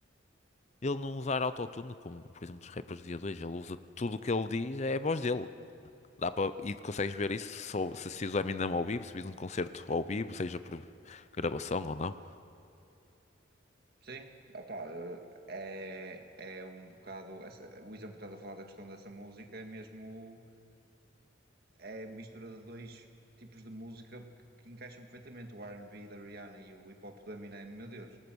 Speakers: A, on the left; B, on the right.
A: ele não usar autotune, como por exemplo dos rappers do dia 2, ele usa tudo o que ele diz, é a voz dele. Dá para, e consegues ver isso se, ou- se assistes o Eminem ao vivo, se vis um concerto ao vivo, seja por gravação ou não.
B: Sim, opá, eh, é, é um bocado. essa- O Isa, um bocado a falar da questão dessa música, é mesmo. É a mistura de dois tipos de música que encaixam perfeitamente: o R&B da Rihanna e o hip hop do Eminem. Meu Deus,